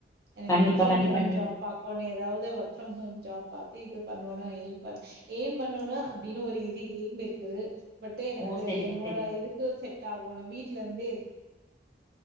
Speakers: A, on the right (about 55°); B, on the left (about 15°).
A: எனக்கு
B: கண்டிப்பா
A: ஒர்க ஃப்ரம்
B: கண்டிப்பா
A: ஹோம்
B: நீ
A: ஜாப் பாக் போணு ஏதாது ஒர்க் ஃப்ரம் ஹோம் ஜாப் பாத்து இது பண்ணோனு எயிம் பண் எயிம் பண்ணனு அப்டின்னு ஒரு இது எயிம் இருக்குது பட்டு எனக்கு
B: ஓ செரிங்க
A: என்னோட
B: செரிங்க
A: இதுக்கு செட் டாகுனு வீட்லந்தே